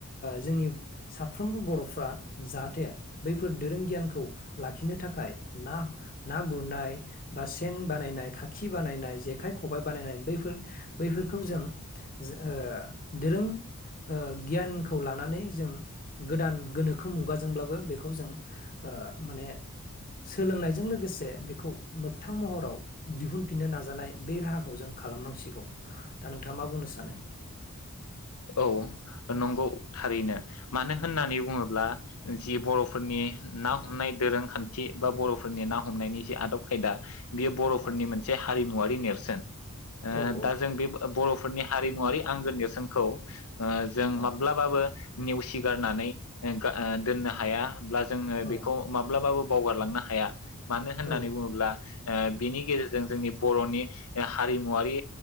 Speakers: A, on the left; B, on the left.
A: जोंनि साफ्रोमबो बर'फ्रा जाहाथे बैफोर दोरों गियानखौ लाखिनो थाखाय ना ना गुरनाय बा सेन बानायनाय खाखि बानायनाय जेखाइ खबाय बानायनाय बैफोर बैफोरखौ जों ओ दोरों गियानखौ लानानै जों गोदान गोनोखो मुगाजोंब्लाबो बेखौ जों ओ माने सोलोंनायजों लोगोसे बेखौ मोग मोगथां महराव दिहुनफिननो नाजानाय बे राहाखौ जों खालामनांसिगौ। दा नोंथाङा मा बुंनो सानो।
B: औ नंगौ थारैनो मानो होननानै बुङोब्ला जि बर'फोरनि नाव हमनाय दोरोंखान्थि बा बर'फोरनि ना हमनायनि जे आदब खायदा बियो बर'फोरनि
A: औ
B: मोनसे हारिमुवारि बे नेरसोन ओ
A: औ औ
B: दा जों बे फोरनि हारिमुवारि आंगो नेरसोनखौ जों
A: औ
B: माब्लाबाबो नेवसि गारनानै ओ दोननो हाया ब्ला जोङो
A: औ
B: बेखौ माब्लाबाबो बावगारलांनो हाया मानो होननानै
A: औ
B: बुङोब्ला बिनि गेजेरजों जोंनि बर'नि ओ हारिमुवारि